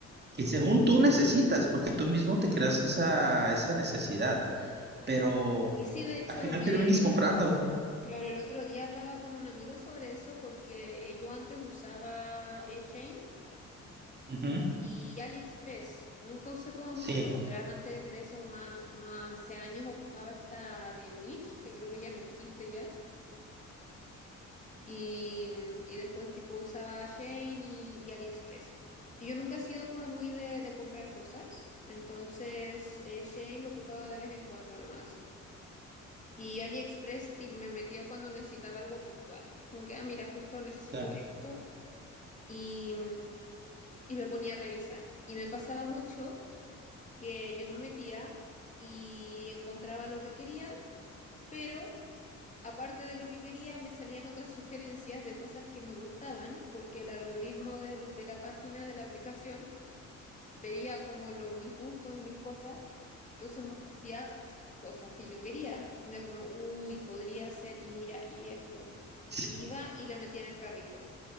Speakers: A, on the right (about 35°); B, on the left (about 25°).
A: y según tú necesitas, porque tú mismo te creas esa, esa necesidad, pero
B: Y sí, de hecho,
A: al final
B: me...
A: terminas comprando.
B: Claro, el otro día hablaba con un amigo sobre eso porque eh, yo antes usaba eh, Shein
A: Ujú.
B: y AliExpress. Nunca usé como mucho
A: Sí,
B: otras. Antes de eso, más, más hace años ocupaba esta de Wish, que creo que ya no existe ya. Y, y después tipo usaba Shein y, y AliExpress. Y yo nunca he sido como muy de, de comprar cosas, entonces eh, Shein lo ocupaba de vez en cuando nomás. Y AliExpress ti- me metía cuando necesitaba algo puntual. Como que, ah, mira, justo necesito
A: sí,
B: esto. Y, y me ponía a revisar. Y me pasaba mucho que yo me metía y encontraba lo que quería, pero Aparte de lo que quería, me salían otras sugerencias de cosas que me gustaban, porque el algoritmo del- de la página de la aplicación veía como lo, mis gustos y mis cosas, entonces me ofrecía cosas que yo quería. Era como, uy, podría ser, y mira, y esto.
A: sí,
B: Y iba y le metía en el carrito.